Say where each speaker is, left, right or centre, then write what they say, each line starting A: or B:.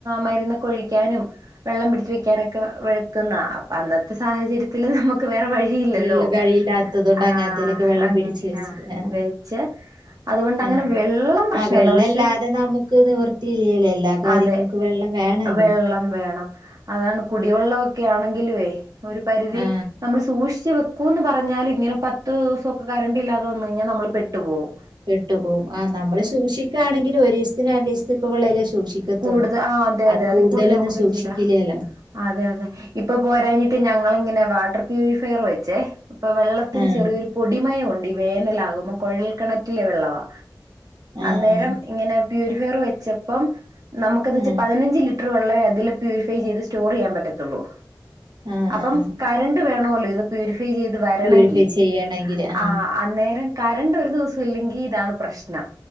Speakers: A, on the right; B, on the right.
A: മരുന്ന് ഒഴിക്കാനും വെള്ളം പിടിച്ച വെക്കാനൊക്കെ വഴക്കുന്ന അപ്പൊ അന്നത്തെ സാഹചര്യത്തില്ൽ നമുക്ക് വേറെ വഴി ല്ലല്ലോ
B: വെള്ള വഴിയില്ലാത്തത് കൊണ്ട്
A: ആഹ
B: അങ്ങനത്തേലൊക്കെ വെള്ളം
A: അങ്ങനെ
B: പിടിച്ച് വെച്ചു
A: ആഹ
B: ആ
A: വിഴച്ച് അതുകൊണ്ട് അങ്ങനെ
B: ആ
A: വെള്ളം പ്രശ്നല്ല
B: ആ വെള്ളം
A: പക്ഷെ
B: ഇല്ലാതെ നമുക്ക് നിവർത്തിയില്ലല്ലോ എല്ലാ കാര്യങ്ങൾക്കും
A: അതെ
B: വെള്ളം വേണല്ലോ
A: വെള്ളം വേണം അതാണ് കുടിവെള്ളമൊക്കെ ആണെങ്കിലുവേ ഒരു പരിധി
B: ആ
A: നമ്മൾ സൂക്ഷിച്ച് വെ ന്ന് പറഞ്ഞാല് ഇങ്ങനെ പത്ത് ദിവസൊക്കെ കറണ്ടണ്ട്ല്ലാതെ വന്നു കഴിഞ്ഞാൽ നമ്മൾ പെട്ടു പോകും
B: കെട്ടു പോകും ആഹ നമ്മള് സൂക്ഷിക്കാണെങ്കിൽ ഒരു ദിവസത്തിനന് രണ്ട ദിവസത്തക്കള്ളല സൂക്ഷിക്കും
A: കൂടുതൽ ആഹ് അതെ
B: <unintelligible> അത്
A: അതെ അതി
B: കൂടുതലൊന്നും
A: കൂടുതൽ നമുക്ക് പറ്റില്ല
B: സൂക്ഷിക്കില്ലല്ലോ
A: അതെ അതെ ഇപ്പൊ പോരാഴഞ്ഞിട്ട് ഞങ്ങിങ്ങനെ വാട്ടർ പ്യൂരിഫയർ വെച്ചേ ഇപ്പൊ വെള്ളത്തിന്
B: ആ
A: ചെറിയൊരു പൊടിമയണ്ട് ഈ വേനലാകുമ്പോ കുഴൽക്കിണറ്റിലെ വെള്ളവാ
B: ആഹ്
A: അന്നേരം ഇങ്ങനെ പ്യൂരിഫയർ വെച്ചപ്പം നമുക്കന്ന് വെച്ചാ
B: ആഹ്
A: പതിനഞ്ച് ലി ലിറ്റർ വള്ളമേ അതില് പ്യൂരിഫൈ ചെയ്ത് സ്റ്റോർ ചെയ്യാൻ പറ്റത്തുള്ളൂ
B: ആഹ്
A: അപ്പം
B: ആഹ്
A: കരണ്ട് വേണല്ലോ ഇത് പ്യൂരിഫൈ ചെയ്ത് വരണമെങ്കിൽ
B: പ്യൂരിഫൈ ചെയ്യണെങ്കില് ആഹ്
A: ആഹ ആന്നേരം കരണ്ട് ഒരു ദിവസം ഇല്ലെങ്കിൽ ഇതാണ് പ്രശ്നം